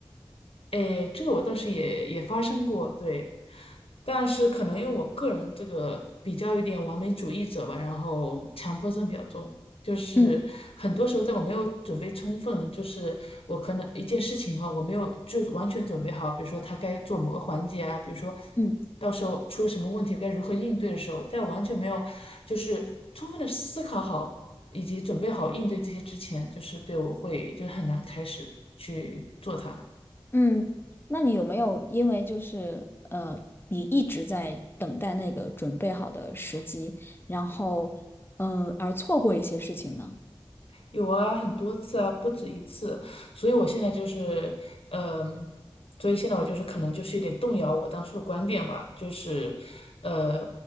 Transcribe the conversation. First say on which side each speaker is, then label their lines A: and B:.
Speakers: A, on the left (about 70°); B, on the left (about 20°).
A: 诶，这个我倒是也也发生过，对，但是可能因为我个人这个比较有点完美主义者吧，然后强迫症比较重，就是很多时候在我没有准备充分，
B: 嗯
A: 就是我可能一件事情哈，我没有就是完全准备好，比如说他该做某个环节啊，比如说
B: 嗯。
A: 到时候出了什么问题该如何应对的时候，在我完全没有就是充分的思考好以及准备好应对这些之前，就是对我会就是很难开始去做它。
B: 嗯，那你有没有因为就是呃，你一直在等待那个准备好的时机，然后嗯、呃而错过一些事情呢？
A: 有啊，很多次啊，不止一次，所以我现在就是，嗯、所以现在我就是可能就是有点动摇我当初的观点吧，就是，呃，